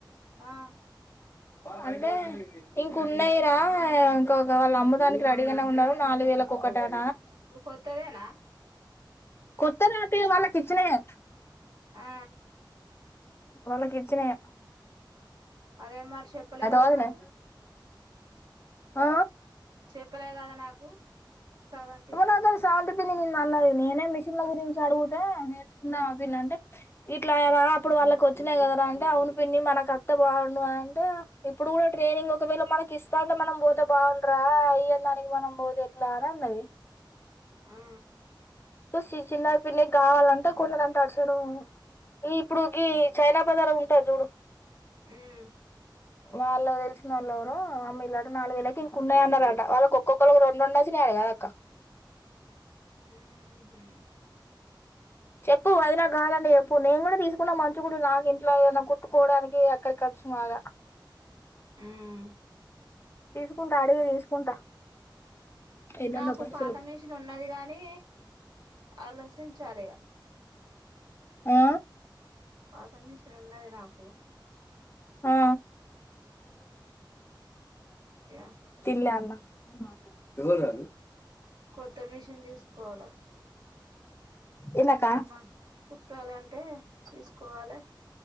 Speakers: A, on the right; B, on the left.
A: ఆ
B: అ అంటే ఇంక ఉన్నాయిర ఇంక వాళ్ళు అమ్మటానికి రెడీగనే ఉన్నరు నాలుగు వేలకు ఒకటి అన్
A: ఓరు కొత్తదేనా
B: కొత్త నాటి వాళ్ళకిచ్చినాయే
A: ఆ
B: వాళ్ళకి ఇచ్చినయే
A: అదే మరి చెప్పలే కదా
B: వదినే
A: నాకు
B: ఆ
A: చెప్పలే కదా నాకు స్రవంతి
B: ఉనా తోని శ్రవంతి పి అన్నది నేనే మిషన్ల గురించి అడుగుతే నేర్చుకున్నావ పిన్ని అంటే ఇట్లాయరా అప్పుడు వాళ్ళకి వచ్చినాయి కదరా అంటే అవును పిన్ని మనక్ అత్తే బాగుండు అంటే ఇప్పుడు కూడా ట్రైనింగ్ ఒకవేళ మనకి ఇస్తాంటే మనం పోతే బాగుండురా ఇయ్యడానికి మనం పోతే ఎట్లా అన్నది
A: ఆ
B: చి చిన్న పిన్నికి కావాలంటే కొన్నదంటా అటుసైడు ఈ ఇప్పుడు గీ చైనా బజార్ ఉంటది చూడు
A: హ్మ్
B: వాళ్ళు తెలిసినోళ్ళు ఎవరో అమ్మిల్లు అట నాలుగు వేలకి ఇంకున్నాయి అన్నారట వాళ్ళకి ఒక్కొక్కళ్ళకి రెండురెండు ఓచ్చినయట కాదక్కా
A: ఉహు
B: చెప్పు వాదినేక్ కావాలంటే చెప్పు నేను కూడా తీసుకుంటా మంచిగుండు నాకు ఇంట్ల ఏదన్న కుట్టుకోవడానికి ఆక్కడికొచ్చు మాగా
A: ఉమ్
B: తీసుకుంటా అడిగి తీసుకుంటా ఎన్నన్న
A: నాకు
B: పైసలు
A: పాత మిషన్ ఉన్నది కానీ అలస్ ర్చించాలిగా
B: ఆ
A: పాత మిషన్ ఉన్నది నాకు
B: ఆ
A: ఇగ
B: తిన్లే అన్న తవ రాాల
A: కొత్త మిషన్ తీసుకోవాలే
B: ఏందక్క
A: ఏమ కుట్టాలి అంటే తీసుకోవాలే